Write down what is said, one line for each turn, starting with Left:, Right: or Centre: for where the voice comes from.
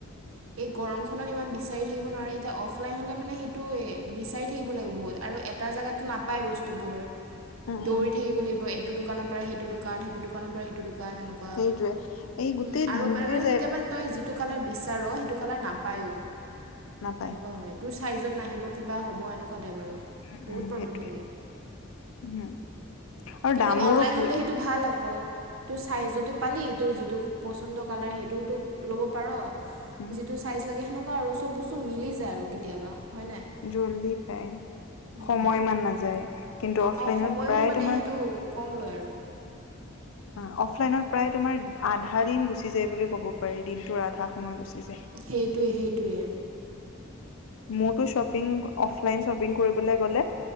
Right: এই গৰমখনত ইমান বিচাৰি থাকিব নোৱাৰে এতিয়া অফলাইন হলে মানে সেইটো বিচাৰি থাকিব লাগে বহুত আৰু এটা জেগাতো নাপায় বস্তুবোৰ
Left: উম
Right: দৌৰি
Left: উম
Right: থাকিব লাগিব এইটো দোকানৰ পৰা সেইটো দোকান সেইটো দোকানৰ পৰা সেইটো দোকান এনেকুৱা
Left: সেইটোয়ে এই গোটেই
Right: উম, আৰু
Left: দিনটোয়ে
Right: মানে
Left: যায়
Right: কেতিয়াবা তই যিটো কালাৰ বিচাৰ সেইটো কালাৰ নাপায়ও
Left: নাপায়
Right: সেনেকুৱা হয় তোৰ চাইজত নাহিব কিবা হ'ব এনেকুৱা টাইপ আৰু
Left: উম
Right: বহুত
Left: উম
Right: প্ৰব্লেম
Left: সেইটোৱে
Right: থাকে
Left: উম আৰু
Right: কিন্তু
Left: দামবোৰো
Right: অনলাইন
Left: বহুত
Right: হলে সেইটো ভাল আকৌ তোৰ চাইজতো পালি তোৰ যিটো পচন্দ কালাৰ সেইটোও তোক ল'ব পাৰ
Left: উম
Right: যিটো চাইজ লাগে সেনেকুৱা আৰু চব বস্তু মিলি যায় কেতিয়াবা আৰু হয় নে নাই
Left: জল্দি পায়
Right: উম
Left: সময় ইমান নাযায় কিন্তু অফলাইনত
Right: অ সময়ো
Left: প্ৰায়
Right: মানে
Left: তোমাৰ
Right: সেইটো কম লয় আৰু
Left: অ অফলাইনত প্ৰায় তোমাৰ আধা দিন গুচি যায় বুলি ক'ব পাৰি দিনটোৰ আধা সময় গুচি যায়
Right: সেইটোৱে সেইটোৱে
Left: মোৰতো শ্বপিং অফলাইন শ্বপিং কৰিবলৈ গ'লে